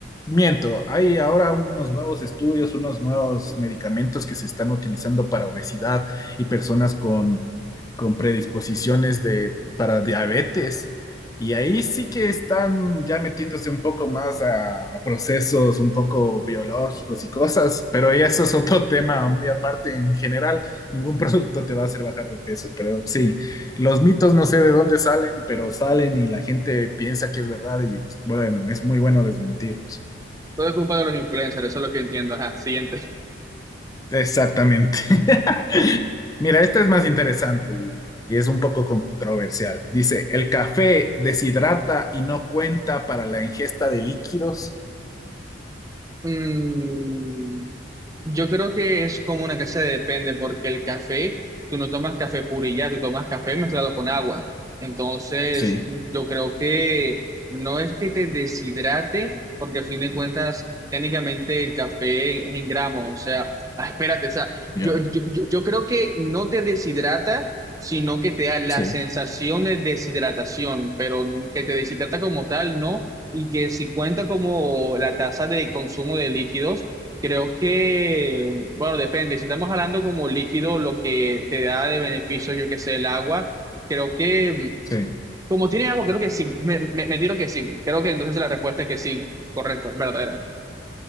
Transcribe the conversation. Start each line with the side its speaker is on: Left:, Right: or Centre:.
Left: miento, hay ahora unos nuevos estudios, unos nuevos medicamentos que se están utilizando para obesidad y personas con, con predisposiciones de, para diabetes y ahí sí que están ya metiéndose un poco más a, a procesos un poco biológicos y cosas, pero ya eso es otro <laughs> tema muy aparte. En general, ningún producto te va a hacer bajar de peso, pero sí, los mitos no sé de dónde salen, pero salen y la gente piensa que es verdad y bueno, es muy bueno desmentirlos.
Right: Todo es culpa de los influencers, eso es lo que entiendo. Ajá, siguiente.
Left: Exactamente. <laughs> Mira, esta es más interesante y, y es un poco controversial. Dice, ¿el café deshidrata y no cuenta para la ingesta de líquidos?
Right: Mm, yo creo que es como una que se depende, porque el café, tú no tomas café puro y ya, tú tomas café mezclado con agua. Entonces,
Left: Sí,
Right: yo creo que no es que te deshidrate, porque a fin de cuentas, técnicamente el café es en gramos. O sea, ah, espérate, o sea,
Left: yo,
Right: yo, yo, yo yo creo que no te deshidrata sino que te da la
Left: sí,
Right: sensación de deshidratación, pero que te deshidrata como tal, no, y que si cuenta como la tasa de consumo de líquidos, creo que, bueno, depende. Si estamos hablando como líquido, lo que te da de beneficio, yo que sé, el agua, creo que, mm,
Left: sí.
Right: como tiene agua, creo que sí. Me, me, me tiro que sí. Creo que entonces la respuesta es que sí. Correcto, es verdadera.